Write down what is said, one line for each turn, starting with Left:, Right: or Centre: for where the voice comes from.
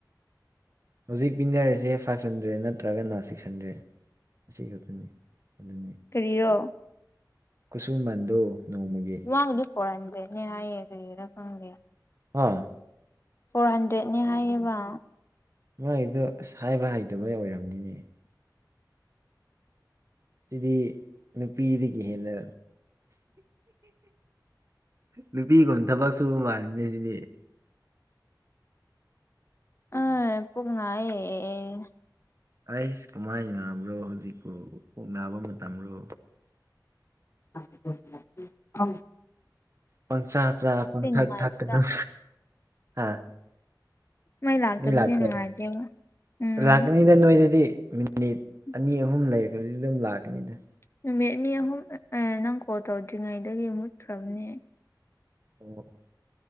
Right: ꯍꯧꯖꯤꯛ ꯄꯤꯟꯅꯔꯤꯁꯦ ꯐꯥꯏꯚ ꯍꯟꯗ꯭ꯔꯦꯠ ꯅꯠꯇ꯭ꯔꯒꯅ ꯁꯤꯛꯁ ꯍꯟꯗ꯭ꯔꯦꯠ ꯑꯁꯤ ꯈꯛꯇꯅꯤ ꯑꯗꯨꯅꯤ
Left: ꯀꯔꯤꯌꫭ
Right: ꯈꯨꯁꯨꯃꯟꯗꯨ ꯅꯣꯡꯃꯥꯒꯤ
Left: ꯃꯥꯒꯤꯗꯤ ꯐꯣꯔ ꯍꯟꯗ꯭ꯔꯦꯠꯅꯦ ꯍꯥꯏꯌꯦ ꯀꯔꯤꯔꯥ ꯈꯪꯗꯦ
Right: ꯀꫭ
Left: ꯐꯣꯔ ꯍꯟꯗ꯭ꯔꯦꯠꯅꯦ ꯍꯥꯏꯌꯦꯕ
Right: ꯃꯥꯒꯤꯗꯣ ꯑꯁ ꯍꯥꯏꯕ ꯍꯩꯇꯕꯒꯤ ꯑꯣꯏꯔꯝꯅꯤꯅꯦ ꯁꯤꯗꯤ ꯅꯨꯄꯤꯗꯒꯤ ꯍꯦꯟꯅ ꯅꯨꯄꯤꯒꯨꯝꯕ ꯊꯕꯛ ꯁꯨꯕ ꯃꯥꯜꯂꯤꯗ ꯁꯤꯗꯤ
Left: ꯑ ꯄꯨꯛ ꯅꯥꯏꯌꯦ ꯑꯦ
Right: ꯑꯩꯁ ꯀꯃꯥꯏ ꯅꯥꯕ꯭ꯔꫭ ꯍꯧꯖꯤꯛꯄꯨ ꯄꯨꯛ ꯅꯥꯕ ꯃꯇꯝꯔꯣ
Left: <unintelligible> ꯈꯪ
Right: ꯄꯪꯆꯥꯥ ꯆꯥ ꯄꯪꯊꯛ
Left: ꯅꯨꯡꯉꯥꯏꯇꯦꯗ
Right: ꯊꯛ ꯀꯩꯗꯧ ꯍꯥꯥ
Left: ꯃꯩ ꯂꯥꯛꯇꯕꯁꯦ
Right: ꯃꯤ ꯂꯥꯛꯀꯦ
Left: ꯅꯨꯡꯉꯥꯏꯇꯦꯕ ꯎꯝ
Right: ꯂꯥꯛꯀꯅꯤꯗ ꯅꯣꯏꯗꯗꯤ ꯃꯤꯅꯤꯠ
Left: <unintelligible>
Right: ꯑꯅꯤ ꯑꯍꯨꯝ ꯂꯩꯈ꯭ꯔꯥꯗꯤ ꯑꯗꯨꯝ ꯂꯥꯛꯀꯅꯤꯗ
Left: ꯅꯨꯃꯤꯠ ꯑꯅꯤ ꯑꯍꯨꯝ ꯅꯪ ꯀꯣꯜ ꯇꯧꯗ꯭ꯔꯤꯉꯩꯗꯒꯤ ꯃꯨꯠꯈ꯭ꯔꯥꯕꯅꯦ
Right: ꯑꫭ꯫